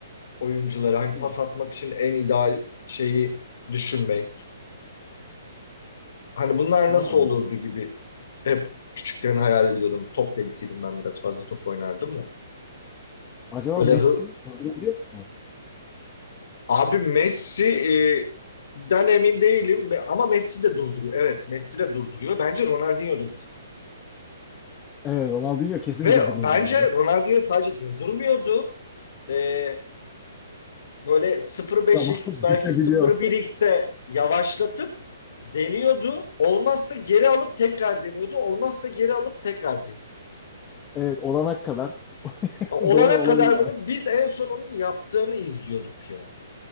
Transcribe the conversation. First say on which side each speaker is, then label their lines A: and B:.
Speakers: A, on the left; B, on the left.
A: oyunculara. Hani
B: Bilmiyorum.
A: pas atmak için en ideal şeyi düşünmek. Hani bunlar
B: Ha,
A: nasıl olurdu gibi hep küçükken hayal ediyordum. Top delisiydim ben biraz fazla top oynardım da.
B: acaba
A: Böyle
B: Messi
A: hı...
B: durdurabiliyor mu?
A: Abi Messi e, den emin değilim Ve- ama Messi de durduruyor. Evet, Messi de durduruyor. Bence Ronaldinho da
B: Evet Ronaldinho kesin
A: Ve
B: durduruyordur
A: bence
B: abi.
A: Ronaldinho sadece durdurmuyordu. Ee, böyle 0.5x
B: <laughs> Zaman bükebiliyor.
A: belki 0.1x'e yavaşlatıp deniyordu. Olmazsa geri alıp tekrar deniyordu. Olmazsa geri alıp tekrar deniyordu.
B: Evet olana kadar. <laughs>
A: Olana
B: Doğru olabilir
A: kadar
B: abi.
A: bunu biz en sonunun yaptığını izliyorduk yani.